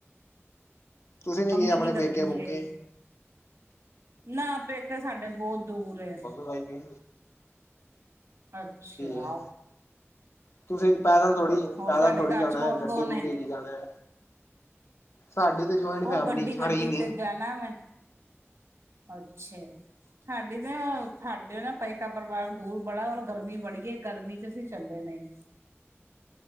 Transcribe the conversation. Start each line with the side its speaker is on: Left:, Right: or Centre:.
Left: ਤੁਸੀਂ ਨੀ
Right: ਮੰਮੀ
Left: ਗਏ ਆਪਣੇ
Right: ਕੀ ਕਰਦੀ
Left: ਪੇਕੇ ਪੂਕੇ
Right: ਏ ਨਾ ਪੇਕੇ ਸਾਡੇ ਬੋਹ ਦੂਰ ਏ।
Left: ਬਾਈ ਗਏ
Right: ਅੱਛਿਆ
Left: ਏ ਤੁਸੀਂ ਪੈਦਲ ਥੋੜੀ
Right: ਹੋਰ
Left: ਪੈਦਲ
Right: ਤੁਹਾਡੇ
Left: ਥੋੜ੍ਹੀ
Right: ਘਰ
Left: ਜਾਣਾ
Right: ਚ ਕੌਣ
Left: ਗੱਡੀ
Right: ਕੌਣ
Left: ਗੁੱਡੀ
Right: ਹੈ
Left: ਚ ਜਾਣਾ ਸਾਡੇ ਤੇ ਜੁਆਇੰਟ
Right: ਉਹ
Left: ਫੈਮਿਲੀ
Right: ਗੱਡੀ
Left: ਸਾਰੇ
Right: ਗੱਡੀ
Left: ਹੀ ਨੇ
Right: ਤੇ ਜਾਣਾ ਮੈਂ ਅੱਛਿਆ। ਸਾਡੀ ਨਾ ਸਾਡੇ ਨਾ ਪੈਕਾ ਪਰਿਵਾਰ ਦੂਰ ਬੜਾ ਔਰ ਗਰਮੀ ਬੜੀ ਗਰਮੀ ਚ ਅਸੀਂ ਚੱਲੇ ਨਈ